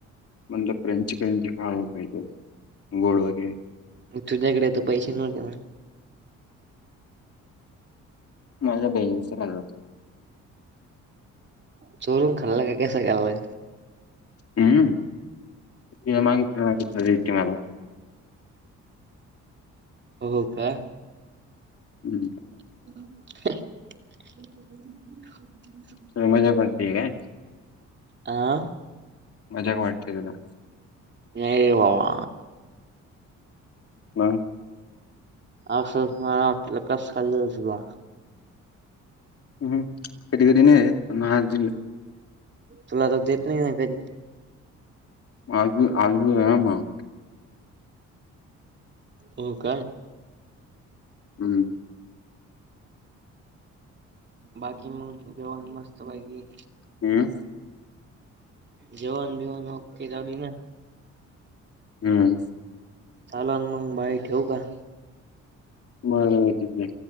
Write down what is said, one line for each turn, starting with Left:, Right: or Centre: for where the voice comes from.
Left: म्हणलं फ्रेंच करेंच खाव काही तर गोड वगैरे.
Right: तुझ्याकडे तर पैसे नव्हते ना.
Left: माझ्या बहिणीच खल.
Right: चोरून खाल्ला का कस खाल
Left: हम्म तिला मागितल्या मागितल्या देते मला.
Right: हो का.
Left: हम्म
Right: <unintelligible>
Left: तुला मजाक वाटते काय.
Right: आं
Left: मजाक वाटते तुला.
Right: नाही रे बाबा.
Left: मग.
Right: असं मला वाट कस खाल आसल बा.
Left: ह कधी कधी नाही देत पण म आज दिलं.
Right: तुला तर देत नाही न कधी.
Left: आज दि आजदिलं ना मग.
Right: हो का.
Left: हम्
Right: बाकी मग जेवण मस्त पाैकी.
Left: हम
Right: जेवन बिवन ओके चालूहाय ना.
Left: हम्म.
Right: चालना मग बाई ठेवू का.
Left: बर तती नाही